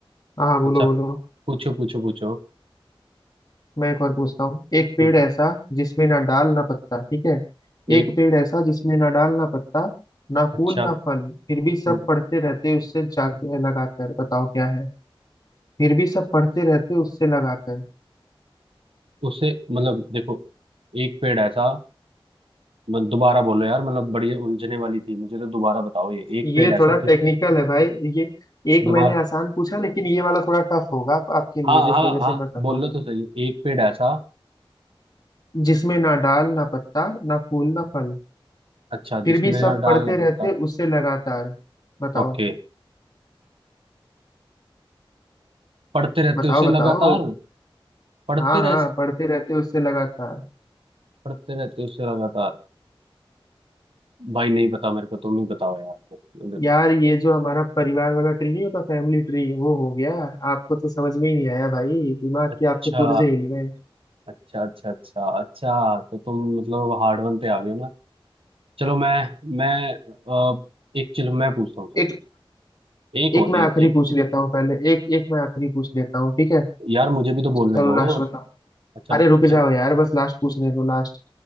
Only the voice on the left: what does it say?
हाँ हाँ, बोलो
बोलो
मैं एक और पूछता हूँ एक पेड़
ऐसा जिसमें ना डाल ना पत्ता ठीक है एक
पेड़ ऐसा जिसमें ना डाल ना पत्ता ना
फूल ना फल फिर भी सब
पढ़ते रहते उससे जाग लगाकर बताओ क्या है फिर भी सब पढ़ते रहते उससे लगाकर
ये
थोड़ा
टेक्निकल है भाई ये एक
मैंने आसान पूछा लेकिन ये वाला थोड़ा टफ होगा आप, आपके लिए
देखो
जैसे
मैं बताता
हूँ
जिसमें ना डाल ना पत्ता ना फूल ना फल
फिर
भी सब
पढ़ते रहते
उससे लगातार बताओ
बताओ
बताओ
हाँ
हाँ पढ़ते रहते उससे लगातार
यार ये जो हमारा परिवार वाला ट्री नहीं होता फैमिली ट्री वो हो गया आपको तो समझ में ही नहीं आया भाई दिमाग
के आपके पुर्जे हिल गए
एक
एक
मैं
आखिरी
पूछ लेता हूँ पहले एक एक मैं आखिरी पूछ लेता हूँ ठीक है
चलो
लास्ट बताओ
अरे रुक
जाओ यार बस लास्ट पूछने दो लास्ट